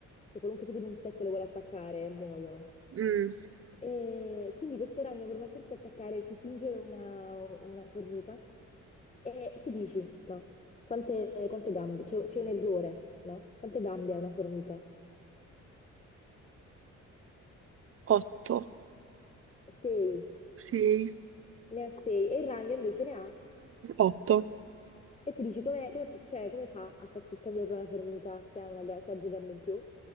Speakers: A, on the left; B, on the right.
A: cioè, qualunque tipo di insetto le vuole attaccare e muoiono.
B: Mm,
A: E quindi questo ragno per non farsi attaccare si finge una, una formica e tu dici, no, quante, quante gambe? C'è c'è un errore, no? Quante gambe ha una formica?
B: 8,
A: Sei,
B: sei.
A: ne ha sei e il ragno invece ne ha.
B: 8.
A: E tu dici, come, come- cioè, come fa a farsi scambiare per una formica se ha, una ga- se ha due gambe in più?